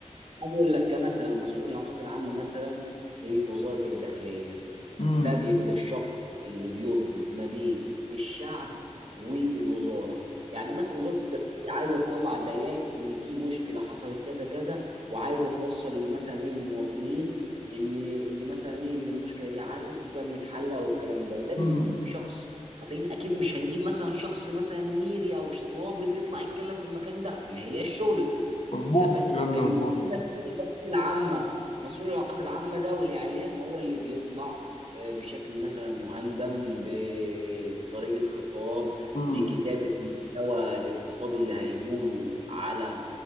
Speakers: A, on the right; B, on the left.
A: عايز اقول لك كمثلا مسؤول العلاقات العامه مثلا في وزاره الداخليه
B: امم
A: ده بيبقى الشخص اللي بيربط ما بين الشعب والوزاره يعني مثلا وزاره الداخليه عايزه تطلع بيان ان في مشكله حصلت كذا كذا وعايزه توصل مثلا ايه للمواطنين ان ان مثلا ايه ان المشكله دي عدت وتمت حلها والكلام ده لازم
B: امم
A: يكون في شخص أكيد أكيد مش هنجيب مثلا شخص مثلا ميري أو ضابط يطلع يتكلم في المكان ده ما هياش شغلته
B: مظبوط
A: أنت فاهم
B: الكلام
A: فبنجيب
B: ده مظبوط
A: مسؤول العلاقات العامة مسؤول العلاقات العامة ده والإعلام هو اللي بيطلع بشكل مثلا مهندم بطريقة خطاب
B: امم
A: بكتابة محتوى للخطاب اللي هيقوله على